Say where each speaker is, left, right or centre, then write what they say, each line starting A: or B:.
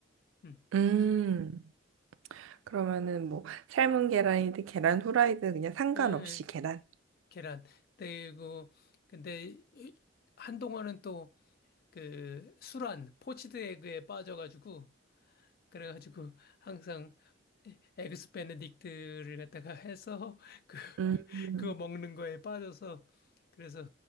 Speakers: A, on the left; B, on the right.
A: 음.
B: 음. 그러면은 뭐 삶은 계란이든 계란 후라이든 그냥 상관없이
A: 예, 예.
B: 계란.
A: 계란. 그리고 근데 이- 한동안은 또 그 술안 포치드 에그에 빠져가지고 그래가지고 항상 에그스 베네딕트를 갖다가 해서 그 <laughs>
B: 음.
A: 그거 먹는 거에 빠져서 그래서